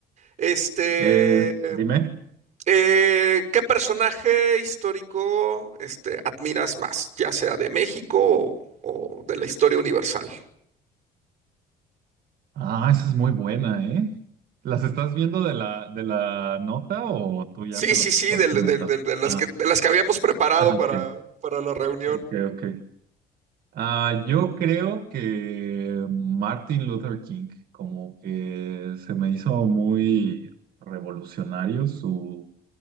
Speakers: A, on the right; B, on the right.
A: Este,
B: Eh, dime.
A: eh, ¿qué personaje histórico, este, admiras más, ya sea de México o, o de la historia universal?
B: Ah, esa es muy buena, ¿eh? ¿Las estás viendo de la, de la nota o tú ya
A: Sí,
B: te las
A: sí, sí,
B: estás
A: del-
B: inventando?
A: del- del- de, las
B: Ah,
A: que, de las que habíamos preparado
B: ah,
A: para,
B: ok,
A: para la reunión.
B: ok, ok. Ah, yo creo que Martin Luther King, como que se me hizo muy revolucionario su,